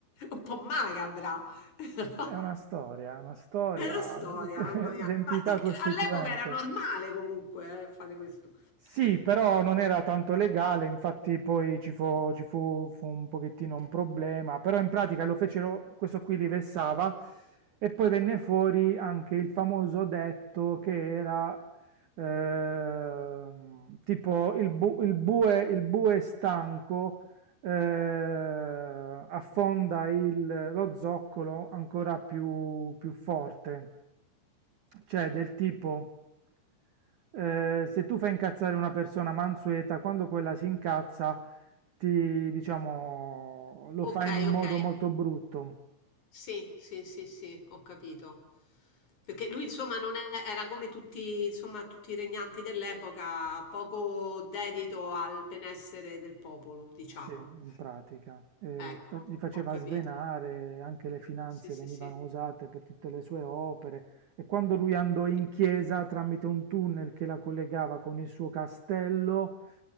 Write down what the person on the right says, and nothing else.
È una storia, è una storia,
<laughs>
identità
costituente.
Sì, però non era tanto legale, infatti poi ci fu, ci fu- fu un pochettino un problema, però in pratica lo fecero, questo qui li vessava e poi venne fuori anche il famoso detto che era ehm, tipo il, bu- il bue, il bue stanco eh, affonda il- lo zoccolo ancora più più forte, cioè del tipo eh, se tu fai incazzare una persona mansueta, quando quella si incazza, ti, diciamo, lo fai
in un
modo molto brutto.
Sì, in pratica. Eh,
fa- li faceva
svenare, anche le finanze
venivano
usate per tutte le sue opere e quando lui andò in chiesa tramite un tunnel che la collegava con il suo castello,